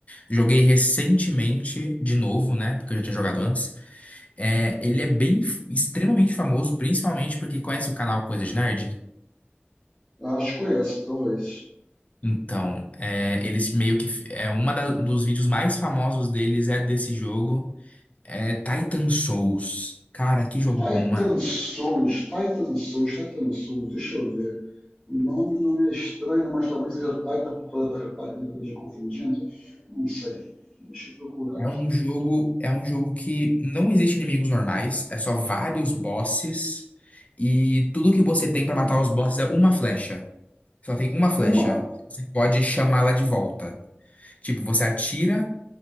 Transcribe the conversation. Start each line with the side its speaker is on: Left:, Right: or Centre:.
Left: Joguei recentemente de novo, né? Porque eu já tinha jogado antes. É, ele é bem, extremamente famoso, principalmente porque conhece o canal Coisa de Nerd.
Centre: Eu acho que conheço, talvez.
Left: Então, é, eles meio que é uma da- dos vídeos mais famosos deles é desse jogo, é Titan Souls. Cara, que jogo
Centre: Titan
Left: bom, mano.
Centre: Souls, Titan Souls, Titan Souls, deixa eu ver. O nome não é estranho, mas talvez seja Titan, por causa da Titan, que eu esteja confundindo. Não sei. Deixa eu procurar
Left: É
Centre: aqui.
Left: um jogo, é um jogo que não existe inimigos normais, é só vários bosses e tudo que você tem
Centre: Hum,
Left: pra matar os bosses é uma flecha. Só tem uma flecha.
Centre: Uma.
Left: Você pode chamá-la de volta. Tipo, você atira